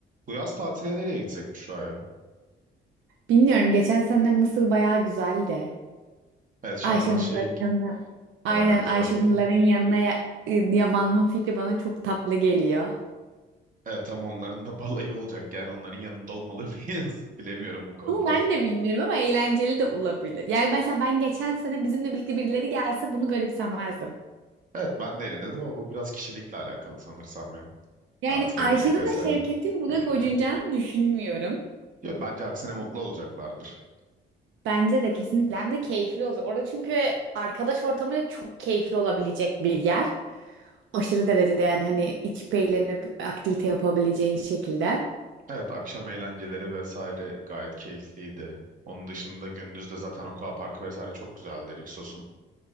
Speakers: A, on the right (about 40°); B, on the right (about 75°).
A: Bu yaz tatile nereye gitsek Büşra ya?
B: Bilmiyorum geçen sene Mısır bayağı güzeldi.
A: Evet Şarm
B: Ayşenur'ların
A: El Şeyh
B: yanına aynen
A: bayağı güzeldi
B: Ayşenur'ların
A: de.
B: yanına ya- e, yamanma fikri bana çok tatlı geliyor.
A: Evet tam onların da <laughs> balayı olacak yani onların yanında olmalı mıyız? <laughs> Bilemiyorum bu konuda.
B: Ama ben de bilmiyorum ama eğlenceli de olabilir. Yani mesela ben geçen sene bizimle birlikte birileri gelse bunu garipsemezdim.
A: Evet ben de eğlenirdim ama bu biraz kişilikle alakalı sanırsam ya.
B: Yani
A: Tatile
B: Ayşenur'la
A: gitmek vesaire
B: Şevket'in buna
A: birlikte.
B: gocunacağını düşünmüyorum.
A: Yo, bence aksine mutlu olacaklardır.
B: Bence de kesinlikle hem de keyifli olur. Orada çünkü arkadaş ortamıyla çok keyifli olabilecek bir yer. Aşırı derecede yani hani içip eğlenip aktivite yapabileceğin şekilde.
A: Evet akşam eğlenceleri vesaire gayet keyifliydi. Onun dışında gündüz de zaten Aqua Parkı vesaire çok güzeldi Rixos'un.